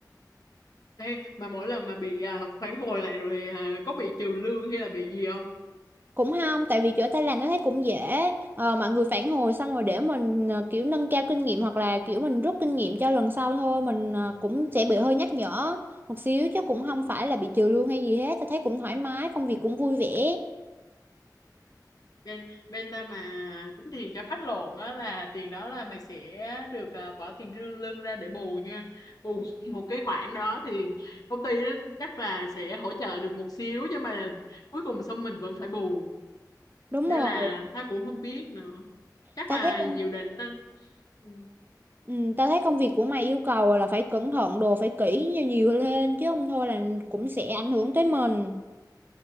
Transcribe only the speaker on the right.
cũng không tại vì chỗ ta làm nó thấy cũng dễ ờ, mọi người phản hồi xong rồi để mình ờ, kiểu nâng cao kinh nghiệm hoặc là kiểu mình rút kinh nghiệm cho lần sau thôi mình ờ, cũng sẽ bị hơi nhắc nhở một xíu chứ cũng không phải là bị trừ lương hay gì hết ta thấy cũng thoải mái công việc cũng vui vẻ
đúng
rồi
ta
thấy công-
ừ, ta thấy công việc của mày yêu cầu là phải cẩn thận đồ phải kỹ nhiều, nhiều lên chứ không thôi là cũng sẽ ảnh hưởng tới mình